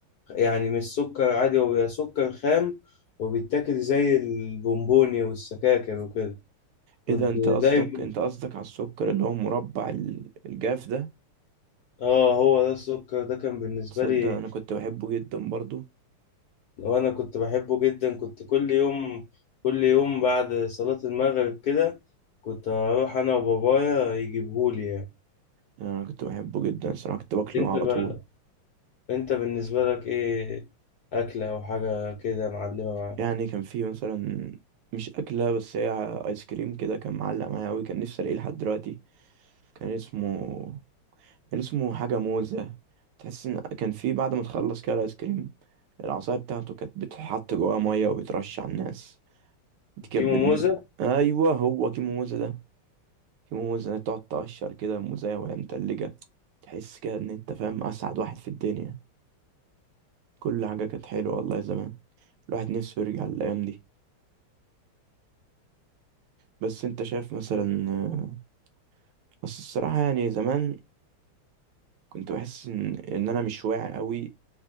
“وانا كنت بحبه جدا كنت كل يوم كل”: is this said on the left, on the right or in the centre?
Left